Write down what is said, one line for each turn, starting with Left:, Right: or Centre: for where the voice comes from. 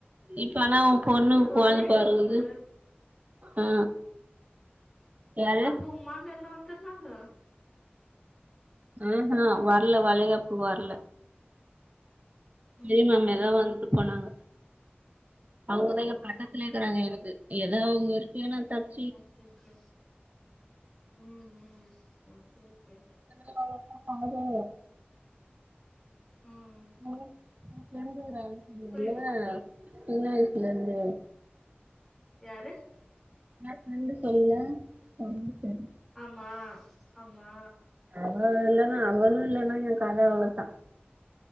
Right: இப்ப ஆனா பொண்ணு
Centre: உனக்கு
Right: கொழந்த
Centre: வளைகாப்பு
Right: பொறக்குது ஆ யாரு
Centre: அப்ப உங்க மாமியார்லா வந்துருந்தாங்க
Right: ஆஹா வர்ல வளைகாப்புக்கு வர்ல
Centre: ம்
Right: லில்லி மேம்
Centre: ம்
Right: எல்லா வந்துட்டு போனாங்க அவுங்கதா இங்க
Centre: ஓகே
Right: பக்கத்துலே
Centre: ஓகே
Right: இருக்கறாங்க எனக்கு எதோ அவுங்க இருக்கவே நா தப்பிச்
Centre: ஓகே ஓகே ம் ம் ஓகே ஒகே
Right: <unintelligible> பண்ணுது
Centre: ம்
Right: அ உன் ஃப்ரென்டு வராங்கனு
Centre: புரியல
Right: சொன்னில சின்ன வயசுலேர்ந்து
Centre: யாரு
Right: ஏ ஃப்ரென்டு சொல்லல <unintelligible>
Centre: ஆமா ஆமா
Right: அவ இல்லனா அவளு இல்லனா என் கத அவ்ளதா